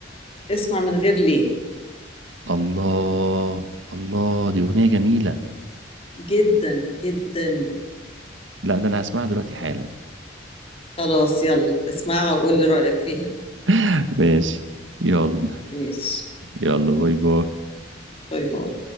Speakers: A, on the left; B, on the right.
A: اسمع من غير ليه
B: الله الله دي أغنية جميلة
A: جدا جدا
B: لا ده أنا هسمعها دلوقتي حالا
A: خلاص يلا اسمعها وقول لي رأيك فيها
B: <laughs> ماشي يلا
A: ماشي
B: يلا باي باي
A: باي باي